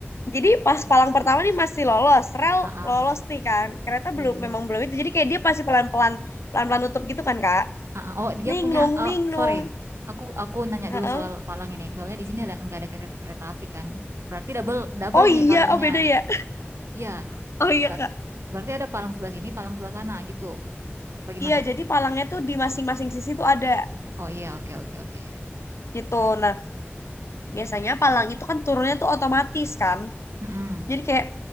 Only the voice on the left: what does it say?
jadi pas palang pertama nih masih lolos rel
lolos nih kan kereta belum
memang belum itu jadi kayak dia pasti pelan-pelan pelan-pelan nutup gitu kan Kak
ning
nung
ning nung
Heeh.
oh
iya
oh beda ya
<laughs> oh iya
Kak
iya jadi palangnya tuh di masing-masing sisi tuh ada
gitu nah biasanya palang itu kan turunnya tuh otomatis kan
Jadi kayak